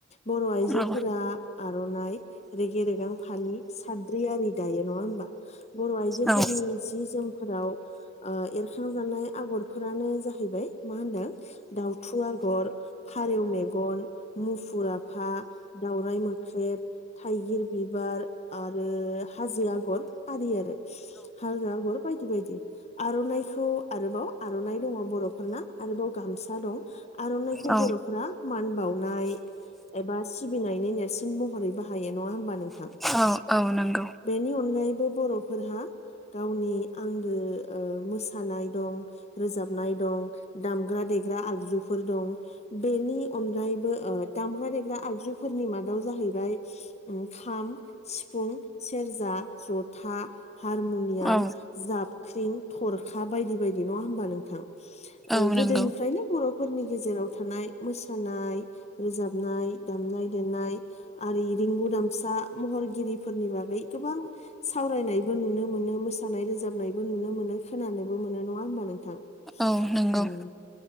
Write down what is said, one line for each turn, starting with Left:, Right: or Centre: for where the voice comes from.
Left: बर' आइजोफोरा
Centre: औ
Left: आर'नाइ रेगे रेगां फालि सा द्रियारि दायो नङा होमबा बर' आइजोफोरनि
Centre: औ
Left: सि जोमफोराव ओ एरखांजानाय आगरफोरानो जाहैबाय मा होनदों दाउथु आगर फारौ मेगन मुफुर आफा दावराइ मोख्रेब थाइगिर बिबा बार आरो हाजो आगर आरि आरो हाजो आगर बायदि बायदि। आर'नाइखौ आरोबाव आर'नाइ दङ बर'फोरना आरोबाव गामसा दं आर'नाइखौ खौ
Centre: औ
Left: बर'फोरा मान बावनाय एबा सिबिनायनि नेरसोन महरै बाहायो नङा होमबा नोंथां
Centre: औ औ नंगौ
Left: बेनि अनगायैबो बर'फोरहा गावनि आंगो मोसानाय दं रोजाबनाय दं दामग्रा दे फेग्रा आगजुफोर दं बेनि अनगायैबो दामग्रा देग्रा आगजुफोरनि मादाव जाहैबाय खाम सिफुं सेरजा जथा हारमुनियाम
Centre: औ
Left: जाबख्रिं थरखा बायदि बायदि नङा होमबा नोंथां
Centre: औ
Left: गोदोनिफ्रायनो
Centre: नंगौ
Left: बर'फोरनि गेजेराव थ थानाय मोसानाय रोजाबनाय दामनाय देनाय आरि रिंगु दामसा महरगिरिफोरनि बागै गोबां सावरायनायबो नुनो मोनो मोसानाय रोजाबनायबो नुनो मोनो मोनो खोनानोबो मोन नङा होमबा नोंथां
Centre: औ नंगौ
Left: उम